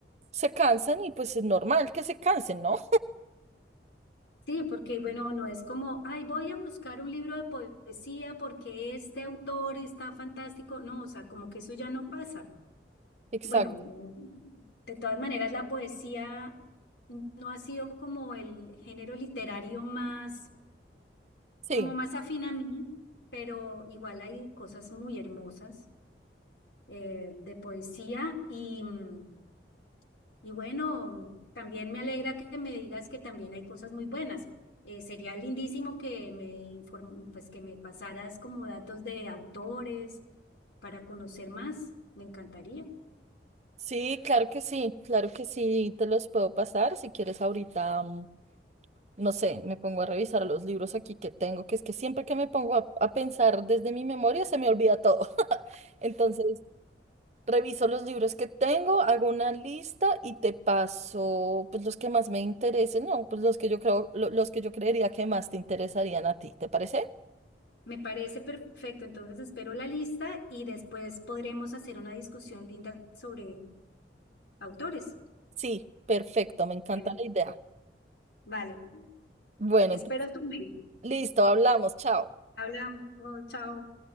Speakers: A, on the right (about 40°); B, on the left (about 85°).
A: se cansan y pues es normal que se cansen, ¿no?
B: Sí, porque bueno, no es como, ay, voy a buscar un libro de poesía porque este autor está fantástico. No, o sea, como que eso ya no pasa.
A: Exacto,
B: Bueno, mm, de todas maneras, la poesía no ha sido como el género literario más,
A: sí.
B: como más afín a mí, pero igual hay cosas muy hermosas eh, de poesía y, mm, y bueno, también me alegra que me digas que también hay cosas muy buenas. Eh, sería lindísimo que me inform- pues que me pasaras como datos de autores para conocer más. Me encantaría.
A: Sí, claro que sí, claro que sí, te los puedo pasar. Si quieres ahorita, mm, no sé, me pongo a revisar los libros aquí que tengo, que es que siempre que me pongo a, a pensar desde mi memoria se me olvida todo. <laughs> Entonces, reviso los libros que tengo, hago una lista y te paso pues los que más me interesen, no, pues los que yo creo, lo- los que yo creería que más te interesarían a ti, ¿te parece?
B: Me parece perfecto, entonces espero la lista y después podremos hacer una discusión linda sobre autores.
A: Sí, perfecto, me encanta
B: Bueno,
A: la idea.
B: vale,
A: Bueno,
B: espero
A: entonces,
B: tu mail.
A: listo, hablamos, chao.
B: Hablamos, chao.